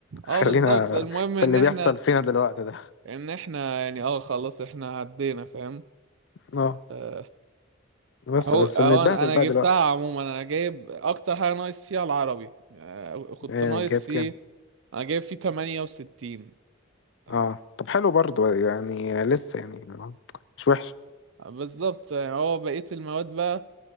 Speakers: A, on the right; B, on the left.
A: اه
B: خلينا
A: بالظبط المهم
B: في
A: ان
B: اللي
A: احنا
B: بيحصل فينا دلوقتي ده
A: لان احنا يعني اه خلاص احنا عدينا فاهم
B: اه
A: آه،
B: بس
A: اهو
B: بس
A: اهو
B: بنتبهدل
A: انا أنا
B: بقى
A: جبتها
B: دلوقتي
A: عموما انا جايب اكتر حاجه ناقص فيها العربي آه، كنت
B: يعني
A: ناقص
B: جايب
A: فيه
B: كام
A: انا جايب فيه 68 أهو.
B: اه طب حلو برضو يعني لسه يعني مش وحش
A: بالظبط يعني هو بقيه المواد بقى